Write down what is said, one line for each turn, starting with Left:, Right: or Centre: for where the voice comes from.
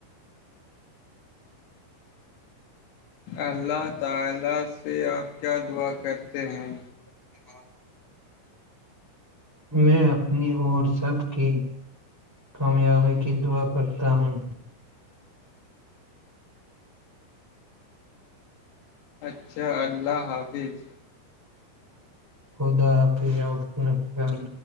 Left: اللہ تعالی سے آپ کیا دعا کرتے ہیں
Centre: ج ہاں میں اپنی اور سب کی کامیابی کی دعا کرتا ہوں
Left: اچھا اللہ حافظ
Centre: خدا آ پ آٹ <unintelligible>